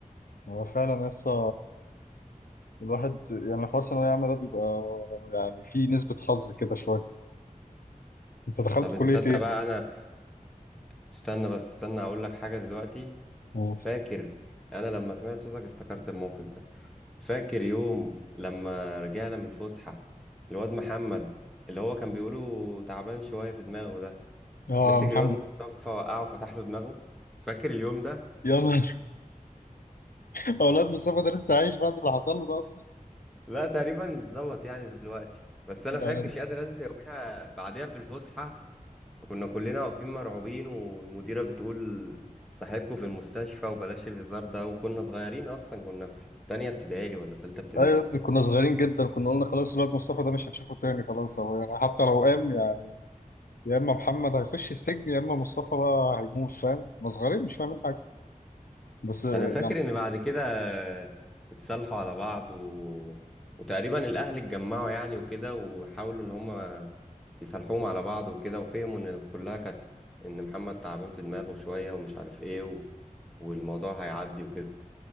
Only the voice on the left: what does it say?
هو فعلا لسه الواحد يعني حوار ثانوية عامة ده بيبقى يعني فيه نسبة حظ كده شوية انت دخلت
كلية
ايه؟
اه
آه،
محمد
يلا <laughs> اولاد مصطفى ده لسه عايش بعد اللي حصل له ده اصلا
يعني
ايوه يا ابني كنا صغيرين جدا كنا قلنا خلاص الواد مصطفى ده مش هنشوفه تاني خلاص هو يعني حتى لو قام يعني يا اما محمد هيخش السجن يا اما مصطفى بقى هيموت فاهم كنا صغيرين مش فاهمين حاجه بس يعني